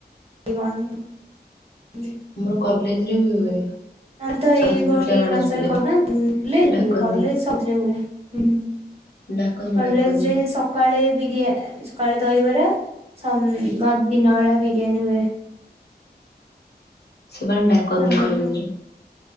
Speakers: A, on the right; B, on the left.
A: ଣ <unintelligible>
B: ମୋର କଲେଜ ରେ ବି ହୁଏ।
A: ହ ତ ଏଇ
B: ସରସ୍ଵତୀ
A: ବ
B: ପୂଜା
A: ଏଇ
B: ଗଣେଶ
A: ମାସରେ
B: ପୂଜା
A: କରୁ ନାହାନ୍ତି
B: ଡାକନ୍ତି
A: କଲେଜରେ ହୁଏ। ହୁଁ
B: ଡାକନ୍ତିି,
A: କଲେଜରେ
B: ଡାକନ୍ତି।
A: ସକାଳେ ବିରିୟ। ସକାଳେ ଦହିବରା। ସଂ ଦିନ ବଳା ବିରିୟାନୀ ହୁଏ।
B: ସେମାନେ ଡାକନ୍ତି
A: ଆମର
B: କଲେଜରେ।